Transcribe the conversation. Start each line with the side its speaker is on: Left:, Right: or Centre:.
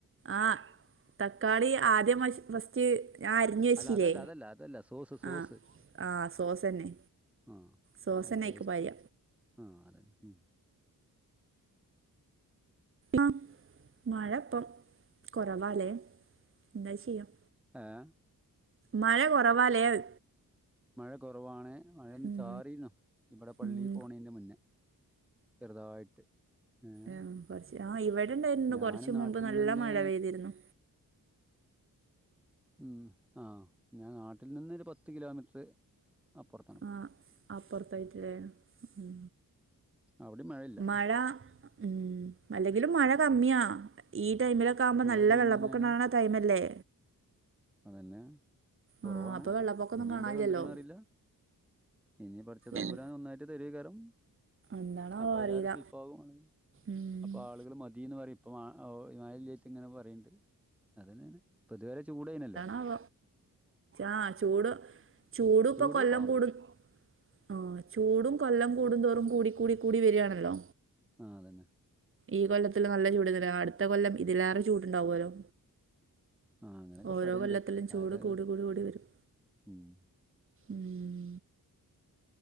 Right: ആഹ് തക്കാളി ആദ്യം <unintelligible> ഫസ്റ്റ് ഞാ അരിഞ്ഞ് വെച്ചില്ലേ
Centre: അല്ല അതല്ല അതല്ല അതല്ല സോസ് സോസ്
Right: ആഹ് ആഹ് സോസ് തന്നെ
Centre: ആഹ്
Right: സോസനയ്ക്കു
Centre: അല്ല പേസ്റ്റ്
Right: പയ
Centre: ആഹ് അതല്ല ഉം
Right: ആ മഴപ്പം കുറവാലേ എന്താ ചെയ്യാം
Centre: ഏഹ്
Right: മഴ കുറവാലേന്ന്
Centre: മഴ കൊറവാണ് മഴൊന്ന്
Right: ഉം
Centre: ചാറിന്നു ഇവടെ പള്ളി
Right: ഉം
Centre: പോണേന്റെ മുന്നേ ചെറുതായിട്ട് ഏഹ്
Right: ആഹ് കൊറച്ച് ആഹ് ഇവിടെണ്ടാരുന്നു
Centre: ഞാന്
Right: കൊറച്ച്
Centre: നാട്ടിൽ
Right: മുമ്പ് നല്ല
Centre: നിന്ന്
Right: മഴ പെയ്തിരുന്നു
Centre: ഉം ആഹ് ഞാൻ നാട്ടിൽ നിന്ന് ഒരു പത്ത് കിലോമീറ്റർ അപ്പുറത്താണ്
Right: ആഹ് അപ്പുറത്തേക്ക്ല്ലേ ഉം
Centre: അവിടെം മഴയില്ല
Right: മഴ ഉം അല്ലെങ്കിലും മഴ കമ്മിയാ ഈ ടൈമിലൊക്കെ ആകുമ്പ
Centre: മഴ
Right: നല്ല
Centre: കമ്മി
Right: വെള്ളപ്പൊക്കം
Centre: തന്നെയാണ്
Right: ഇണ്ടാകണ ടൈമല്ലേ
Centre: അതന്നെയാ കൊറവാണ്
Right: ആഹ് അപ്പൊ വെള്ളപ്പൊക്കൊന്നും
Centre: ഇനി
Right: കാണാനില്ലല്ലോ
Centre: എന്താ കണ്ട്ക്കണ അറിയില്ല ഇനി പഠച്ച തമ്പുരാൻ
Right: എൻ
Centre: ഒന്നായി തെരേകാലം
Right: എന്താണാവോ
Centre: അപ്പൊ എല്ലാരും
Right: അറിയില്ല
Centre: സ്വീപ്പാവും
Right: ഉം
Centre: അപ്പൊ ആളുകൾ മതീന്നറയും ഇപ്പൊ വ ഹിമാലയലെയ്ത്ത് ഇങ്ങനെ പറയ്ണ്ട് അതെന്നെയാണ് ഇപ്പതുവരെ ചൂടെയ്നല്ലേ
Right: ആവ ആഹ് ചൂട് ചൂടുപ്പ
Centre: ചൂട്
Right: കൊല്ലംകൂടും
Centre: പാമ്പ്
Right: ആഹ് ചൂടും കൊല്ലം കൂടും തോറും കൂടി കൂടി കൂടി വര്യാണല്ലോ
Centre: ആഹ് അതന്നെ
Right: ഈ കൊല്ലത്തില് നല്ല ചൂട്ന്നല്ല അടുത്ത കൊല്ലം ഇതിലേറെ ചൂടുണ്ടാവല്ലോ
Centre: ആ അങ്ങനെയൊക്കെ
Right: ഓരോ
Centre: പറയണ്ട്
Right: കൊല്ലത്തിലും ചൂട്
Centre: ആര്
Right: കൂടി കൂടി കൂടി വരും
Centre: ഉം
Right: ഉം